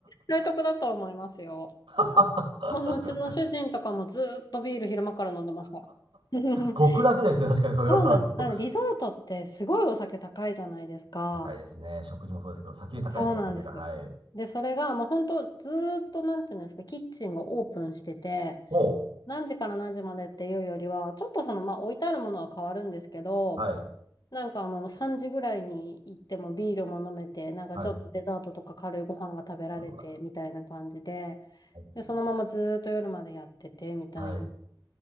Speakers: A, on the left; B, on the right.
A: 大得だと思いますよ。
B: <laughs>
A: もう、うちの主人とかもずーっとビール昼間から飲んでました。<laughs>
B: 極楽ですね、確かにそれは。
A: そうなんです。なのでリゾートってすごいお酒高いじゃないですか。
B: あの高いですね。食事もそうですけど、酒高いですね、
A: そうなんです。
B: 酒が。はい。
A: で、それがもう本当ずーっとなんていうんですか、キッチンがオープンしてて、
B: おう。
A: 何時から何時までっていうよりは、ちょっとその、まあ置いてあるものは変わるんですけど、
B: はい。
A: なんかあの3時ぐらいに行ってもビールも飲めて、なんかちょっとデザートとか軽いご飯が食べられてみたいな感じで、
B: はい。うわ。はい。
A: で、そのままずーっと夜までやっててみたいな。
B: はい